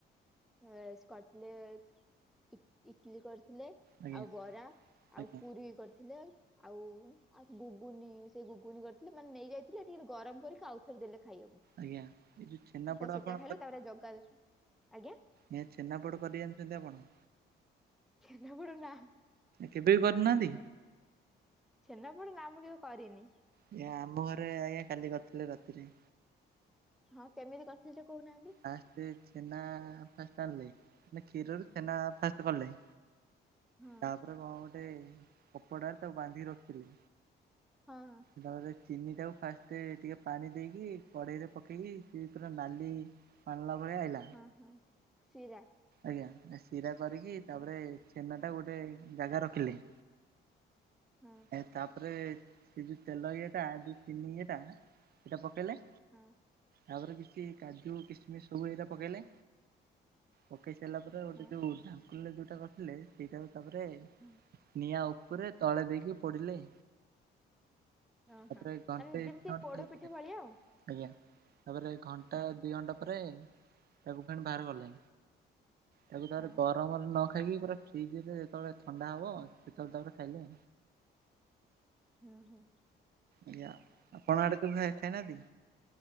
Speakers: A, in the centre; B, on the right.
A: ଅଁ କରିଥିଲେ ଇଟି ଇଟଲିି କରିଥିଲେ
B: ଆଜ୍ଞା
A: ଆଉ ବରା
B: ଆଜ୍ଞା।
A: ଆଉ ପୁରୀ କରିଥିଲେ ଆଉ ଆଉ ଗୁଗୁନି ସେ ବୁଗୁନି କରିଥିଲେ ମାନେ ନେଇଯାଇଥିଲେ ହେଟି ଗରମ କରିକି ଆଉଥରେ ଦେଲେ ଖାଇବାକୁ।
B: ଆଜ୍ଞା ଏଇ ଛେନାପୋଡ
A: ତ ସେଟା
B: ଆପଣ
A: ଖାଇଲୁ ତାପରେ ଜଗା ଦର୍ଶ ଆଜ୍ଞା।
B: ନିଆ ଚିନାପଡ଼ କରିଜାଣିଚନ୍ତି ଆପଣ?
A: ଛେନାପୋଡ଼ ନାଁ।
B: କେବେବି କରିନାହାନ୍ତି?
A: ଛେନାପଡ଼େ ନାମୁଁ କେବେ କରିନି।
B: ଆଜ୍ଞା ଆମ ଘରେ ଆଜ୍ଞା କାଲି କରିଥିଲେ ରାତିରେ।
A: ହଁ କେମିତି କରିଥିଲି ଟିକେ କହୁନାହାନ୍ତି।
B: ଫାଷ୍ଟେ ଛେନା ଫାଷ୍ଟେ ଆଣିଲେ ମାନେ କ୍ଷୀରରୁ ଛେନା ଫାଷ୍ଟେ କଲେ
A: ହଁ
B: ତାପରେ କଣ ଗୋଟେ କପଡ଼ାରେ ତାକୁ ବାନ୍ଧିକି ରଖିଥିଲେ
A: ହଁ।
B: ତାପରେ ଚିନିଟାକୁ ଫାଷ୍ଟେ ଟିକେ ପାଣି ଦେଇକି କଡ଼େଇରେ ପକେଇକି ସେପୁରା ନାଲି ପାଣିରା ଭଳିଆ ଆଇଲା
A: ହଁ ହଁ ଶିରା।
B: ଆଜ୍ଞା ଶିରା କରିକି
A: ହଁ
B: ତାପରେ ଛେନାଟା ଗୋଟେ ଜାଗାରେ ରଖିଲେ
A: ହଁ।
B: ଏ ତାପରେ ସେଯେଉଁ ତେଲ ଇଏଟା ଯେଉ ଚିନି ଇଏଟା ସେଇଟା ପକେଇଲେ
A: ହଁ।
B: ତାପରେ କିଛି କାଜୁ କିସମିସ ସବୁ ଏଇଟା ପକେଇଲେ ପକେଇ ସାରିଲା ପରେ ଗୋଟେ
A: ହଁ
B: ଯୋଉ ଢାକୁଲରେ ଯୋଉଟା କଥିଲେ ସେଇଟା ତାପରେ
A: ହୁଁ
B: ନିଆଁ ଉପରେ ତଳେ ଦେଇକି ପୋଡିଲେ
A: ଓହଁ
B: ତାପରେ ଘଣ୍ଟେ
A: ମାନେ ଯେମିତି
B: ଥିଲା
A: ପୋଡ
B: ପରେ
A: ପିଠା ଭଳିଆ ଆଉ।
B: ଆଜ୍ଞା ତାପରେ ଘଣ୍ଟା
A: ହଁ
B: ଦି ଘଣ୍ଟା ତାପରେ ତାକୁ ଫେଣି ବାହାର ଗଲେ ତାକୁ ତା
A: ହଁ
B: ଗରମରେ ନ ଖାଇକି ପୁରା ଫ୍ରିଜ୍ ହେଲେ ଯେତେବେଳେ ଥଣ୍ଡା ହବ ସେତେବେଳେ ତାପରେ ଖାଇଲେ।
A: ହୁଁ ହୁଁ।
B: ଆଜ୍ଞା ଆପଣ ଆଡେ କେବେ ଖାଇବା ଖାଇନାହାନ୍ତି।